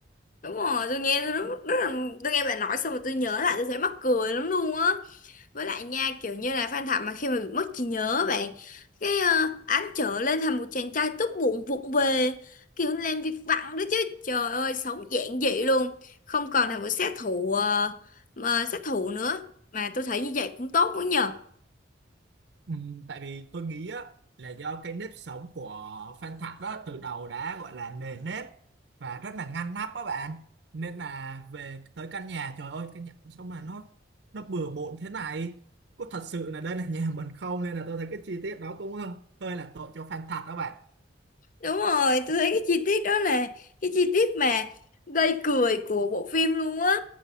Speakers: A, on the left; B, on the right.
A: đúng rồi tôi nghe tôi rất, rất là tôi nghe bà nói xong rồi tôi nhớ lại tôi thấy mắc cười lắm luôn á với lại nha kiểu như là Phan Thảo mà khi mà bị mất trí nhớ bạn cái uh, án trở lên thành một chàng trai tốt bụng vụng về kiểu làm việc vặt đó chứ trời ơi sống giản dị luôn không còn là một sát thủ ờ, mà sát thủ nữa mà tôi thấy như vậy cũng tốt quá nhờ
B: Ừ, tại vì tôi nghĩ á, là do cái nếp sống của Phan Thạch đó từ đầu đã gọi là nề nếp và rất là ngăn nắp á bạn nên là về tới căn nhà trời ơi căn nhà cũng sao mà nó nó bừa bộn thế này có thật sự là đây là nhà mình không nên là tôi thấy cái chi tiết đó cũng ờ, hơi là tội cho Phan Thạch đó bạn
A: Đúng rồi, tôi thấy cái chi tiết đó là cái chi tiết mà gây cười của bộ phim luôn á.